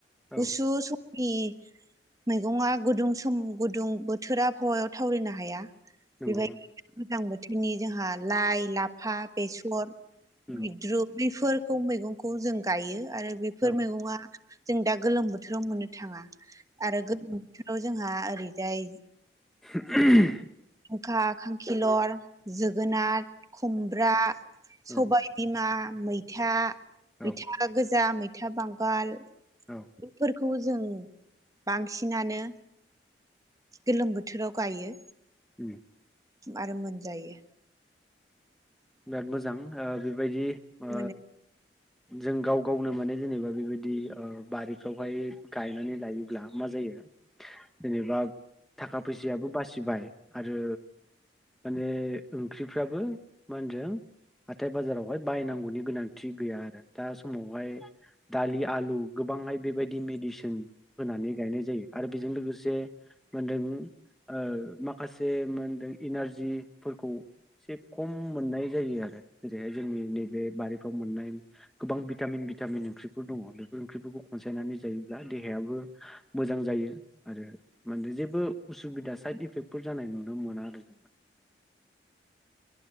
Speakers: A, in the centre; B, on the right (about 20°).
A: औ
B: गुसु सम कि मैगङा गुदुं सम गुदुं बोथोर आबहावायाव थावरिनो हाया
A: नंगौ
B: बेबायदिनो
A: औ
B: गोजां बोथोरनि जोंहा लाइ लाफा बेसर
A: नंगौ
B: मैद्रु बैफोर खौ मैगंखौ जों गायो आरो बेफोर
A: औ
B: मैगङा जों दा गोलोम बोथोराव मोननो थाङा आरो गोलोम बोथार ओ जोंहा ओरैजाय
A: <unintelligible>
B: खा खांखिलर जोगोनाथ खुमब्रा सबाय
A: औ
B: बिमा मैथा
A: औ
B: मैथा गोजा मै था बांगाल
A: औ
B: बेफोर खौ जों बांसिनानो गोलोम बोथोराव गायो
A: उम
B: आरो मोनजायो।
A: बिराद मोजां ओ बेबायदि ओ
B: माने
A: जों गाव गावनो माने जेनेबा बेबायदि बारिफ्रावहाय गायनानै लायोब्ला मा जायो जेनेबा थाखा फैसायाबो बासिबाय आरो माने ओंख्रिफ्राबो मा होनदों हाथाय बाजारावहाय बायनांगौनि गोनांथि गैया आरो दा समावहाय दालि आलु गोबांहाय बेबाय दि मेडिसिन होनानै गायनाय जायो। आरो बेजों लोगोसे माहोनदों ओ माखासे माहोनदों इनारजि फोरखौ एसे खम मोननाय जायो आरो जेरैहाय जोंनि नैबे बारिफ्राव मोननाय गोबां भिटामिन भिटामिन ओंख्रिफोर दङ बे फोर ओंख्रिफोरखौ खनसायनानै जायोब्ला देहायाबो मोजां जायो आरो माने जेबो उसुबिदा साइद इफेक्टफोर जानाय नुनो मोना आरो जों माने।